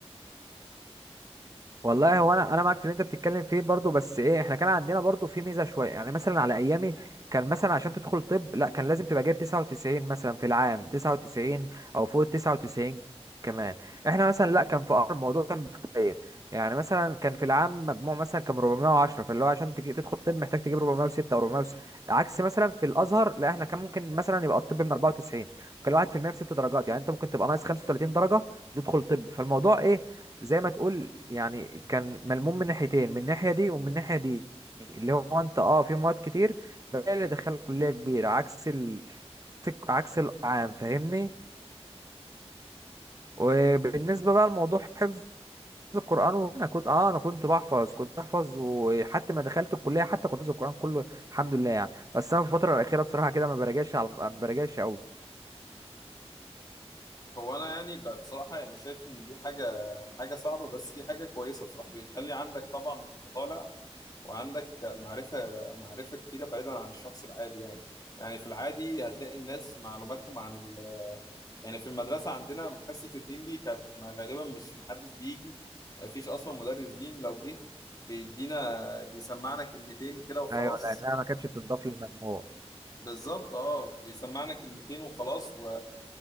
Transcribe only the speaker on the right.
والله هو انا انا معاك في اللي انت بتتكلم فيه برضو بس ايه احنا كان عندنا برضو في ميزه شويه يعني مثلا على ايامي كان مثلا عشان تدخل طب لا كان لازم تبقى جايب 99 مثلا في العام 99 او فوق 99 كمان احنا مثلا لا كان في أمر الموضوع كان بيختلف يعني مثلا كان في العام مجموع مثلا كان 410 فاللي هو عشان تجي تدخل طب محتاج تجيب 406 او 406 عكس مثلا في الازهر لا احنا كان ممكن مثلا يبقى الطب من 94 وكان الواحد في المية بست درجات يعني انت ممكن تبقى ناقص 35 درجه تدخل طب فالموضوع ايه زي ما تقول يعني كان ملموم من ناحيتين من الناحية دي ومن الناحية دي اللي هو انت اه في مواد كتير بقى اللي دخلك كلية كبيرة عكس ال... عكس العام فاهمني وبالنسبة بقى لموضوع حفظ القرآن انا كنت اه انا كنت بحفظ كنت بحفظ وحتى ما دخلت الكلية حتى كنت حافظ القرآن كله الحمد لله يعني بس انا في الفترة الأخيرة بصراحة كده ما براجعش على ما براجعش قوي
ايوه لانها ما كانتش بتضاف للمجموع